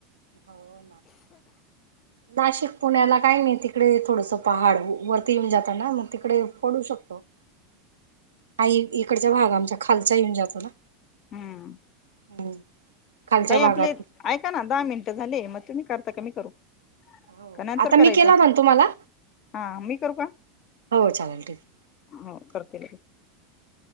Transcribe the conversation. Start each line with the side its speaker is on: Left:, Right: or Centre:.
Right: हो नाशिक पुण्याला काय मी तिकडे थोडस पहाड वरती येऊन जाताना मग तिकडे पडू शकतो. नाही इकडचा भाग आमच्या खालचा येऊन जातो ना.
Left: हम्म
Right: हम्म. खालच्या
Left: ताई
Right: भागात
Left: आपले ऐका ना दहा मिनट. झाले मग तुम्ही करता की मी करू.
Right: हो
Left: का नंतर
Right: आता
Left: करायचं
Right: मी केला होता ना तुम्हाला
Left: हा मी करू का?
Right: हो चालेल ठीक.
Left: हो करते.